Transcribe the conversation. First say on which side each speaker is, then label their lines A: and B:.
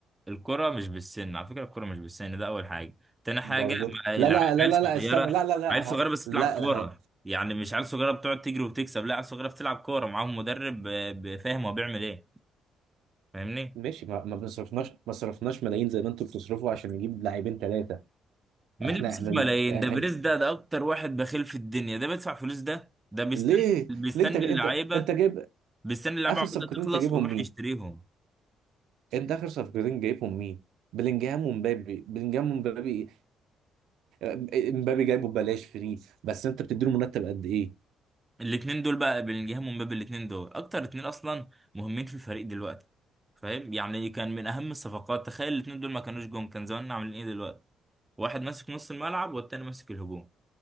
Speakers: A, on the right (about 15°); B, on the right (about 80°).
A: الكره مش بالسن على فكره الكره مش بالسن ده اول حاجه تاني حاجه
B: برضه
A: مع العيال
B: لا لا لا لا
A: صغيره
B: لا استنى لا لا لا
A: عيال
B: اهو
A: صغيره بس
B: لا
A: بتلعب كوره
B: اهو
A: يعني مش عيال صغيره بتقعد تجري وتكسب لا عيال صغيره بتلعب كوره معاهم مدرب آه، ب- فاهم هو بيعمل ايه فاهمني
B: ماشي ما ما بنصرفناش ما صرفناش ملايين زي ما انتوا بتصرفوا عشان نجيب لاعبين ثلاثه
A: مين
B: احنا
A: اللي بيصرف
B: احنا ال-
A: ملايين
B: يعني-
A: ده بريز ده ده اكتر واحد بخيل في الدنيا ده بيدفع فلوس ده ده بيستنى
B: ليه
A: بيستنى
B: ليه انت انت
A: اللعيبه
B: انت جايب
A: بيستني اللعبة
B: اخر
A: عقودها
B: صفقتين
A: تخلص
B: انت جايبهم
A: ويروح يشتريهم
B: انت اخر صفقتين جايبهم مين؟ بلينجهام ومبابي بلينجهام ومبابي آه، مبابي جايبه ببلاش فري بس انت بتديله مرتب قد ايه؟
A: الاتنين دول بقى بلينجهام ومبابي الاتنين دول اكتر اتنين اصلا مهمين في الفريق دلوقتي فاهم يعني كان من اهم الصفقات تخيل الاتنين دول ما كانوش جم كان زماننا عاملين ايه دلوقتي واحد ماسك نص الملعب والتاني ماسك الهجوم